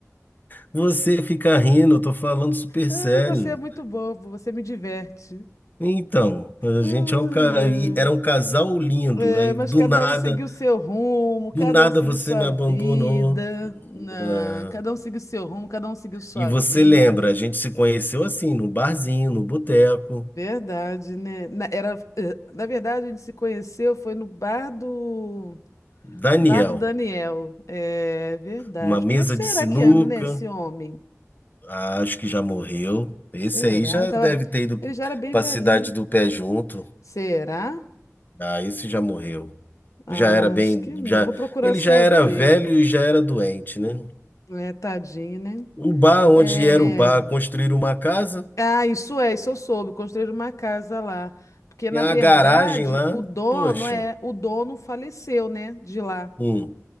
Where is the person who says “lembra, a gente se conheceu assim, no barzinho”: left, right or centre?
Left